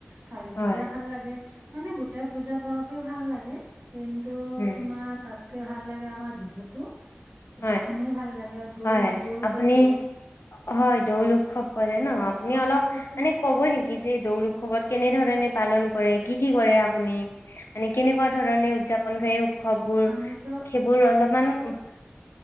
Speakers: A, on the right; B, on the left.
A: কালী
B: হয়
A: পূজা ভাল লাগে মানে গোটেই পূজা পৰৱে ভাল লাগে। কিন্তু
B: উম
A: তোমাৰ তাতকে ভাল লাগে আমাৰ বিহুতটো, গোটেই
B: হয়
A: খিনিয়ে ভাল লাগে আৰু দৌল
B: হয়
A: দৌল
B: আপুনি
A: যে দৌল
B: হয় দৌল উৎসৱ কৰে ন',
A: অ
B: আপুনি
A: দৌল
B: অলপ
A: উৎসৱটো
B: মানে ক'ব নেকি যে দৌল উৎসৱত কেনেধৰণে পালন কৰে কি কি কৰে আপুনি? মানে কেনেকুৱা ধৰণে উদ্‌যাপন কৰে উৎসৱবোৰ,
A: আমিতো
B: সেইবোৰ অলপমান
A: পুৰ-